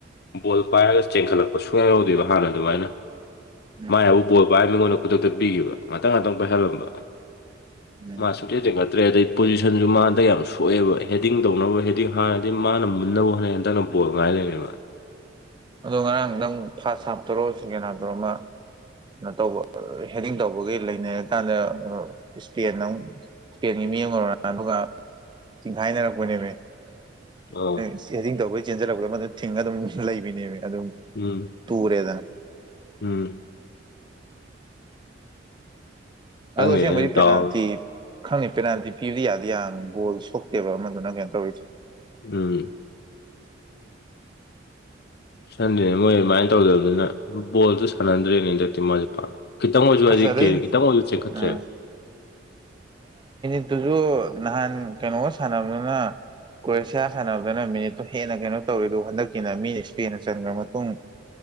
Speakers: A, on the left; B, on the right.
A: ꯕꯣꯜ ꯄꯥꯏꯔꯒ ꯆꯦꯟꯈꯠꯂꯛꯄ ꯁꯨꯡꯌꯥ ꯌꯥꯎꯗꯦꯕ ꯍꯥꯟꯅ ꯑꯗꯨꯃꯥꯏꯅ
B: ꯎꯝ
A: ꯃꯥꯏ ꯍꯥꯏꯕꯨ ꯄꯣꯄ ꯍꯥꯏꯅ ꯃꯤꯉꯣꯟꯗ ꯈꯨꯗꯛꯇ ꯄꯤꯈꯤꯕ ꯉꯇꯪ ꯉꯇꯪ ꯄꯥꯏꯁꯜꯂꯝꯕ
B: ꯎꯝ
A: ꯃꯥ ꯁꯨꯡꯆꯦ ꯊꯉꯠꯇ꯭ꯔꯦ ꯑꯗꯩ ꯄꯣꯖꯤꯁꯟꯁꯨ ꯃꯥꯗ ꯌꯥꯝ ꯁꯣꯛꯑꯦꯕ ꯍ ꯍꯦꯗꯤꯡ ꯇꯧꯅꯕ ꯍꯦꯗꯤꯡ ꯍꯥꯟꯅꯗꯤ ꯃꯥꯅ ꯃꯨꯟꯅꯕ ꯍꯣꯠꯅꯩ ꯍꯟꯗꯛꯅ ꯄꯣꯠꯉꯥꯏ ꯂꯩꯔꯦꯕ
B: ꯑꯗꯣ ꯉꯔꯥꯡ ꯅꯪ ꯐꯥꯔꯁ ꯍꯥꯞꯇꯧꯔꯣ ꯁꯦꯀꯦꯟ ꯍꯥꯞꯇꯧꯔꯣ ꯑꯃ ꯇꯧꯕ ꯍꯦꯗꯤꯡ ꯇꯧꯕꯒꯤ ꯂꯩꯅꯔꯀꯥꯟꯗ ꯏꯁꯄꯦꯟ ꯑꯃ ꯏꯁꯄꯦꯟꯒꯤ ꯃꯤ ꯑꯣꯏ ꯑꯗꯨꯒ ꯆꯤꯡꯈꯥꯏꯅꯔꯛꯄꯅꯦꯅꯦ
A: ꯑꯥ
B: ꯏꯁꯗꯤꯡ ꯇꯧꯕꯒꯤ ꯆꯦꯟꯖꯜꯂꯛꯄ꯭ꯔꯥ ꯃꯗꯨ ꯊꯤꯡꯉꯒ ꯑꯗꯨꯝ ꯂꯩꯕꯅꯦꯕ ꯑꯗꯨ ꯑꯗꯨ
A: ꯎꯝ
B: ꯇꯨꯔꯦꯗꯅ
A: ꯎꯝ ꯈꯪꯗꯦꯅꯦ
B: ꯑꯗꯁ ꯃ
A: ꯗꯥꯎ
B: ꯄꯦꯅꯥꯜꯇꯤ ꯈꯪꯉꯤ ꯄꯦꯅꯥꯜꯇꯤ ꯄꯤꯕꯗꯤ ꯌꯥꯗꯤ ꯌꯥ ꯒꯣꯜ ꯁꯣꯛꯇꯦꯕ ꯑꯃꯗꯨꯅ ꯀꯩꯅꯣ ꯇꯧꯔꯤ
A: ꯑꯝ ꯁꯥꯟꯗ꯭ꯔꯤꯅꯦ ꯃꯣꯏ ꯑꯗꯨꯃꯥꯏꯅ ꯇꯧꯗꯕꯅꯤꯅ ꯕꯣꯜꯗꯨ ꯁꯥꯟꯅꯟꯗ꯭ꯔꯦꯅꯦ ꯍꯟꯗꯛꯇꯤ ꯃꯥꯁꯦ ꯄꯥꯝ ꯈꯤꯇꯪ ꯑꯣꯏꯁꯨ ꯍꯥꯏꯗꯤ
B: ꯑꯁ ꯑꯗꯩ
A: ꯀꯦ ꯈꯤꯇꯪ ꯑꯣꯏꯁꯨ ꯆꯤꯡꯈꯠꯇ꯭ꯔꯦꯕ
B: ꯎꯝ ꯑꯗꯨꯁꯨ ꯅꯍꯥꯟ ꯀꯩꯅꯣꯒ ꯁꯥꯟꯅꯕꯅꯤꯅ ꯀ꯭ꯔꯣꯑꯁꯤꯌꯥ ꯁꯥꯟꯅꯕꯗꯅ ꯃꯤꯅꯤꯠꯇꯨ ꯍꯦꯟꯅ ꯀꯩꯅꯣ ꯇꯧꯋꯤ ꯑꯗꯨ ꯍꯟꯗꯛꯀꯤꯅ ꯃꯤꯅ ꯏꯁꯄꯦꯗ ꯆꯟꯈ꯭ꯔ ꯃꯇꯨꯡ